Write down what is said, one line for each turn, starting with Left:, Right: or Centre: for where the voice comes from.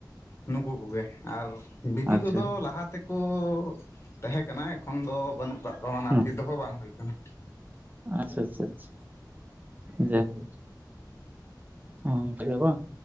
Left: ᱱᱩᱠᱩ ᱠᱚᱜᱮ ᱟᱨ ᱵᱤᱰᱤ
Right: ᱟᱪᱪᱷᱟ
Left: ᱠᱚᱫᱚ ᱞᱟᱦᱟᱛᱮ ᱠᱚ ᱛᱟᱦᱮᱸ ᱠᱟᱱᱟ ᱮᱠᱷᱚᱱ ᱫᱚ ᱵᱟᱹᱱᱩᱜ ᱠᱟᱜ ᱠᱚᱣᱟ ᱢᱟᱱᱮ
Right: ᱦᱮᱸ
Left: ᱟᱨᱠᱤ ᱫᱚᱦᱚ ᱵᱟᱝ ᱦᱩᱭ ᱠᱟᱱᱟ᱾
Right: ᱟᱪᱪᱷᱟ ᱪᱷᱟ ᱪᱷᱟ᱾ ᱡᱟᱭᱦᱳᱠ ᱚᱝᱠᱟ ᱜᱮ ᱵᱟᱝ?